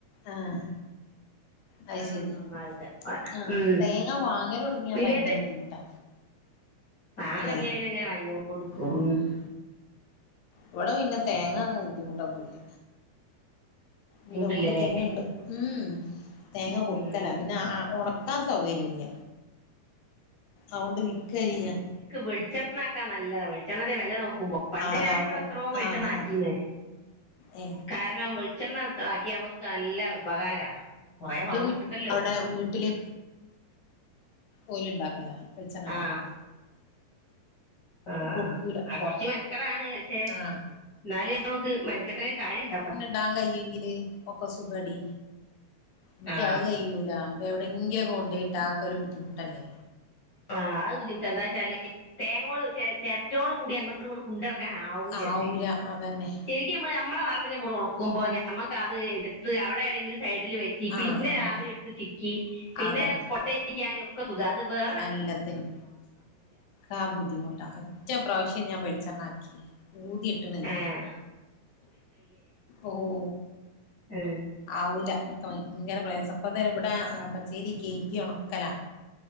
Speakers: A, on the left; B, on the left.
A: ആഹ് അത്
B: അതാണ്
A: ശരി
B: ഇവിടെ നന്നാവുക
A: ആഹ്
B: ഉം
A: തേങ്ങ വാങ്ങൽ ഒടുങ്ങിയാ
B: പീടികേത്തെ
A: ഭയങ്കര ബുദ്ധിമുട്ടാ.
B: വാങ്ങാൻ
A: ല്ലേ
B: തൊടങ്ങിയ പിന്നെ അങ്ങനെ വാങ്ങിക്കൊണ്ട് നിക്കും
A: ഉം ഉം ഇവിടെ പിന്നെ തേങ്ങ ഒ ബുദ്ധിമുട്ടൊന്നുംഇല്ല
B: ബുദ്ധിമുട്ടില്ലല്ലേ
A: ഉണ്ട് മൂന്നുതേങ്ങുണ്ട് മം തേങ്ങ കൊടുക്കല
B: ഉം ഉം
A: പിന്നെ ഉണകി ക്കാൻ സൗകര്യ ഇല്ല, അുകൊണ്ട് വിക്കഴിയാ
B: വെളിച്ചണ്ണ ആക്കാൻ നല്ലത വെളിച്ചെണ്ണന്റെ വില നോക്കുമ്പോ. പണ്ട്
A: ആ
B: ഞാനിവിടെ
A: ലാഭം
B: എത്രോ വെളിച്ചണ്ണ
A: ആഹ്
B: ആക്കീന്ന്
A: ആഹ് ഏ
B: കാരണം വെളിച്ചെണ്ണ ആക്കിയ നമക്ക് നല്ല ഉപകാരാ കൊറേ
A: എന്റെ
B: വാങ്ങണ്ടല്ലോ
A: കു അവിടെ വീട്ടില് ഓല് ഉണ്ടാക്കല വെളിച്ചെണ്ണ ഉണ്ടാക്കല
B: ആ ആഹ്
A: കൊടുക്കൂല
B: ആഹ് ആ കൊറച്ച് മെനക്കടാണ് പക്ഷെ
A: ആഹ്
B: എന്നാല് നമക്ക് മെനക്കെട്ടന് കാര്യം ഉണ്ടല്ലോ
A: എത്താൻ കയ്യെങ്കില് ഒക്കെ സുഖടി എനിക്ക്
B: ആ
A: അത് കഴൂല എവിടെങ്കിലൊക്കെ കൊണ്ടയിട്ട് ആക്കലും ഒരു ബുദ്ധിമുട്ടല്ലേ
B: ആഹ് അത് ബുദ്ധിമുട്ട എന്താ വെച്ചാല് തേങ്ങോട് ച ചിരട്ടോട് കൂടി അങ്ങോട് കൊണ്ടടക്കാൻ ആവൂലത്?
A: ആവൂല അതന്നെ
B: ശരിക്കുംമ്മൾമ്മടെ വാർപ്പിന്റെ മോള് ഉണക്കുമ്പോൾ നമുക് അത് എടുത്ത് അവടെ എവിടേലും സൈഡിൽ വച്ച്. പിന്നെ
A: ആഹ് ആഹ്
B: രാവിലെ ഇട്ട് ചിക്കി പിന്നെ
A: അതെ
B: കൊട്ടെക്നും ഒക്കെ സുഖം ഇത് വേർ
A: എല്ലാത്തിനും ആ ബുദ്ധിമുട്ടാ ഒറ്റ പ്രാവശ്യം ഞാൻ വെളിച്ചെണ്ണ ആക്കി ഊടി ഇട്ട്ണ്
B: ഏ
A: ഓഹ്
B: ഏഹ്
A: ആവൂല ഇപ്പ ഭയങ്കര പ്രയാസം ഇപ്പ തന്ന ഇബ്ടാ പച്ചേരി കെയ്ഗി ഒണക്കലാ